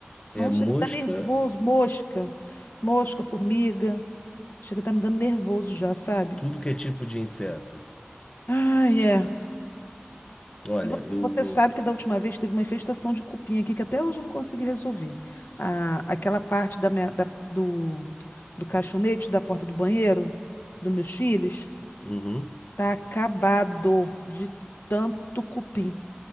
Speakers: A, on the left; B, on the left.
A: Nossa,
B: É mosca,
A: ele tá nervoso. Mosca. Mosca, formiga. Chega a tá me dando nervoso já, sabe?
B: tudo que é tipo de inseto.
A: Ai, é.
B: Olha,
A: E vo-
B: eu,
A: Você
B: eu...
A: sabe que da última vez teve uma infestação de cupim aqui que até hoje eu não consegui resolver. A, aquela parte da minha, da- do, do caixonete da porta do banheiro dos meus filhos
B: Uhum.
A: tá acabado de tanto cupim.